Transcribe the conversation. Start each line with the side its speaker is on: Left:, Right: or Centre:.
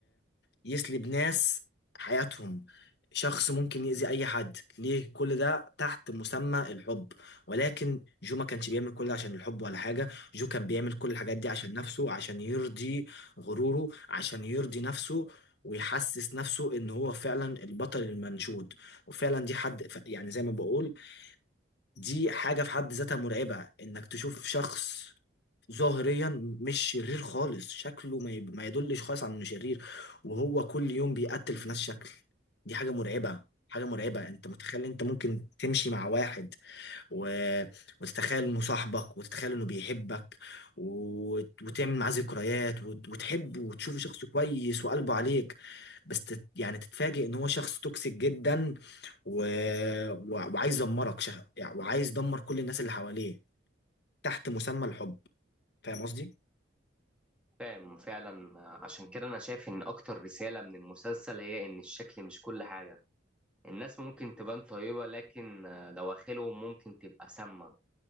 Left: يسلب ناس حياتهم شخص ممكن يأذي اي حد ليه كل ده تحت مسمى الحب ولكن جو ما كانش بيعمل كل ده عشان الحب ولا حاجة جو كان بيعمل كل الحاجات دي عشان نفسه عشان يرضي غروره عشان يرضي نفسه ويحسس نفسه ان هو فعلا البطل المنشود وفعلا دي حد ف- يعني زي ما بقول دي حاجة في حد ذاتها مرعبة انك تشوف شخص ظاهريا مش شرير خالص شكله ما, يب... ما يدلش خالص على انه شرير وهو كل يوم بيقتل في ناس شكل دي حاجة مرعبة حاجة مرعبة انت متخيل انت ممكن تمشي مع واحد و... وتتخيل انه صاحبك وتتخيل انه بيحبك وت... وتعمل معاه ذكريات وت... وتحبه وتشوفه شخص كويس وقلبه عليك بس تت... يعني تتفاجئ ان هو شخص توكسيك جدا و... و... وعايز يدمرك شه... يعني وعايز يدمر كل الناس اللي حواليه تحت مسمى الحب فاهم قصدي؟
Centre: فاهم فعلا عشان كده انا شايف ان اكتر رسالة من المسلسل هي ان الشكل مش كل حاجة الناس ممكن تبان طيبة لكن دواخلهم ممكن تبقى سامة